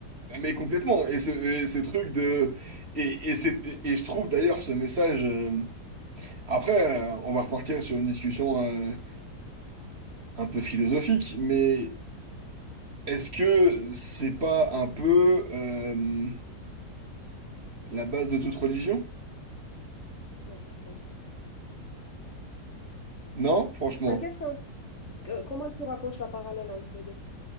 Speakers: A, on the right; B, on the left.
A: Ah, Mais complètement. Et ce, et ce truc de... Et, et, c'est- et- et je trouve d'ailleurs ce message... euh, Après, euh, on va repartir sur une discussion euh, un peu philosophique, mais Est-ce que c'est pas un peu euh, la base de toute religion?
B: Dans quel sens?
A: Non, franchement.
B: Dans quel sens? Que- comment tu rapproches la parallèle entre les deux?